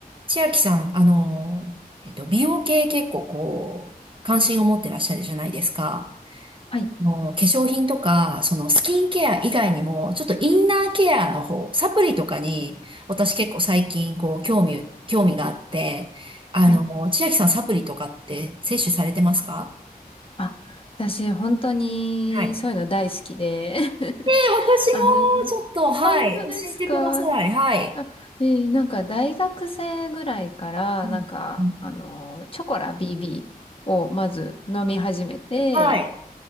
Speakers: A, on the right; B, on the left.
A: 千秋さん、あの、えっと、美容系結構こう、関心を持ってらっしゃるじゃないですか。
B: はい、
A: あの、化粧品とか、そのスキンケア以外にも、ちょっとインナーケアの方、サプリとかに、私結構最近こう、興味、興味があって、あの、
B: はい。
A: 千秋さんサプリとかって摂取されてますか
B: あ、私、本当に、
A: はい。えー、
B: そういうの大好きで。<laughs>
A: 私もちょっと、
B: あの、
A: はい、
B: 本当ですか
A: 教えてください。はい。
B: あ、ええなんか、大学生ぐらいから、
A: うんうん
B: なんか、あの、チョコラ BB をまず飲み始めて、
A: はい。